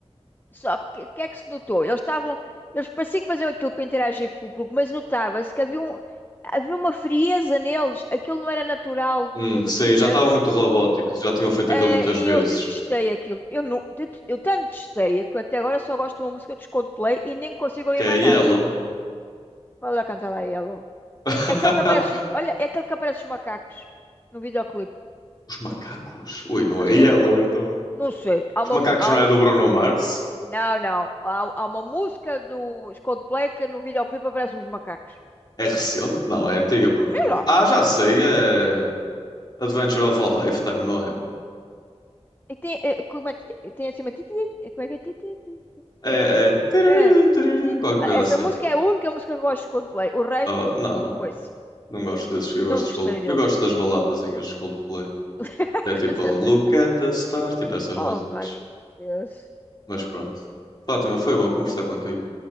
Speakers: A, on the left (about 20°); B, on the left (about 40°).
A: Só que o que, que é que se notou? Eles estavam, eles pareciam que faziam aquilo para interagir com o público, mas notava-se que havia, um- havia uma frieza neles, aquilo não era natural,
B: Hum,
A: estás
B: sim,
A: a perceber?
B: já estava muito robótico, já tinham feito aquilo
A: Eh,
B: muitas vezes.
A: e eu detestei aquilo. Eu, não, det- eu tanto detestei que eu até agora só gosto de uma música dos Coldplay e nem consigo ouvir
B: Que
A: mais
B: é Yellow.
A: nada. Olha lá, canta lá Yellow.
B: <laughs>
A: É aquele que aparece, os ma- olha, é aquele que aparece os macacos no videoclipe.
B: Os macacos? Ui, não
A: Eu
B: é
A: têm-
B: Yellow então.
A: não sei, há uma,
B: Os Macacos
A: mu- há
B: não
A: um-
B: é do Bruno Mars?
A: não, não, há, há uma música dos Coldplay que no videoclipe aparecem os macacos.
B: É recente? Não, é antiga porque.
A: Sei lá.
B: Ah, já sei, é Adventure of a Lifetime, não é?
A: E Tem, eh, como é, que- tem assim uma. ti- ti- ti- eh, Como é que é? Ti- ti- ti-
B: É, é. Tiriri,
A: É,
B: tiriri,
A: ti- ti.
B: Qualquer coisa
A: Ah,
B: assim.
A: Essa música é a única música que eu gosto de Coldplay. O resto,
B: Oh, não,
A: foi-se.
B: não gosto desses. Eu
A: Não
B: gosto, dos
A: gostei
B: Cold...
A: deles.
B: eu gosto das baladazinhas de Coldplay.
A: <laughs>
B: Que é tipo Look at the Stars, tipo essas músicas.
A: Oh, valha-me Deus.
B: Mas pronto. Fátima, foi bom conversar contigo.